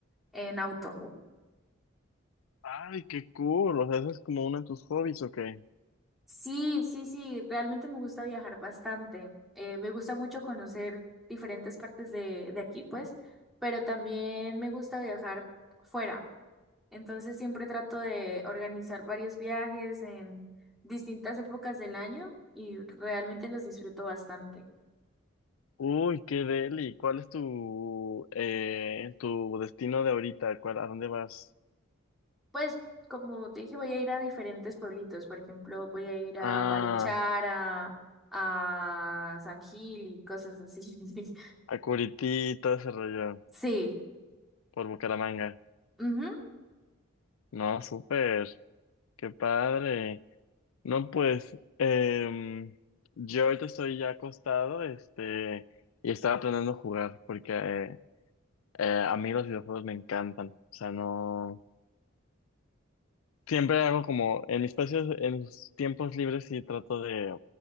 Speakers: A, in the centre; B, on the left (about 75°).
A: en auto.
B: Ay, qué cool. O sea, ¿eso es como uno de tus hobbies o qué?
A: Sí, sí, sí, realmente me gusta viajar bastante. Eh, me gusta mucho conocer diferentes partes de, de aquí, pues, pero también me gusta viajar fuera. Entonces siempre trato de organizar varios viajes en distintas épocas del año y realmente los disfruto bastante.
B: Uy, qué deli. ¿Cuál es tu, eh, tu destino de ahorita? ¿Cuál, a dónde vas?
A: Pues como te dije, voy a ir a diferentes pueblitos. Por ejemplo, voy a ir a
B: Ah,
A: Barichara, a San Gil y cosas así. <laughs>
B: a Curití, todo ese rollo,
A: Sí,
B: por Bucaramanga.
A: ujú,
B: No, súper. Qué padre. No, pues em, yo ahorita estoy ya acostado, este, y estaba aprendiendo a jugar, porque eh, eh, a mí los videojuegos me encantan. O sea, no. Siempre hago como en mis espacios, en mis tiempos libres sí trato de,